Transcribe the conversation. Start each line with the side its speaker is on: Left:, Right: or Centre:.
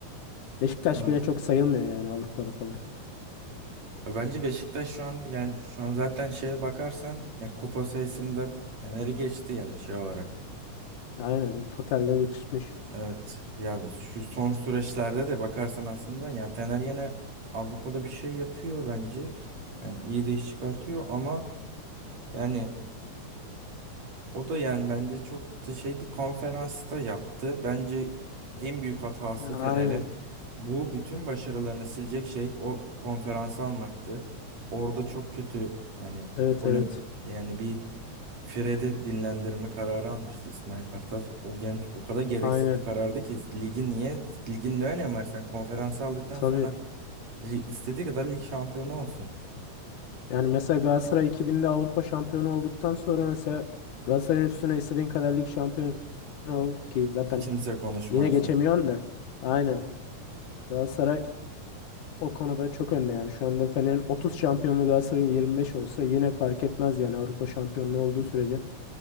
Left: Beşiktaş
Right: Evet.
Left: bile çok sayılmıyor yani Avrupa'da falan.
Right: Ya Bence Beşiktaş şu an yani şu an zaten şeye bakarsan ya kupa sayısında Fener'i geçti yani şey olarak.
Left: Aynen totalle geçirmiş.
Right: Evet ya biz şu son süreçlerde de bakarsan aslında yani Fener yine Avrupa'da bir şey yapıyor bence. Yani iyi de iş çıkartıyor ama yani o da yani bence çok da şeydi konferansta yaptı. Bence en büyük hatası
Left: Aynen.
Right: Fener'in bu bütün başarılarını silecek şey o konferansı almaktı. Orada çok kötü yani
Left: Evet
Right: ölüm
Left: evet.
Right: yani bir Fred'i dinlendirme kararı almıştı İsmail Kartal. O genç o kadar gereksiz
Left: Aynen.
Right: bir karardı ki ligin niye ligin ne önemi var sen konferansı aldıktan
Left: Tabii
Right: sonra istediği kadar lig şampiyonu olsun.
Left: Yani mesela Galatasaray 2000'de Avrupa şampiyonu olduktan sonra mesela Galatasaray'ın üstüne istediğin kadar lig şampiyonu ol ki zaten
Right: Kimse konuşmazdı.
Left: yine geçemiyorsun da. Aynen. Galatasaray o konuda çok önde yani. Şu anda Fener'in 30 şampiyonluğu Galatasaray'ın 25 olsa yine fark etmez yani Avrupa şampiyonluğu olduğu sürece.